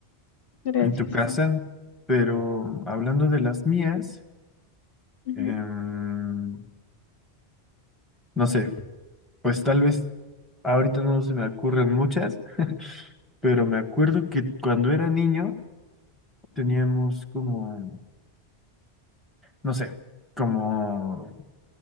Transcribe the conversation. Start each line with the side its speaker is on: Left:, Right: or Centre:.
Left: Gracias,
Centre: en tu casa.
Left: Juan.
Centre: Pero hablando de las mías,
Left: Ujú.
Centre: em, no sé, pues tal vez ahorita no se me ocurren muchas. Pero me acuerdo que cuando era niño teníamos como, no sé, como,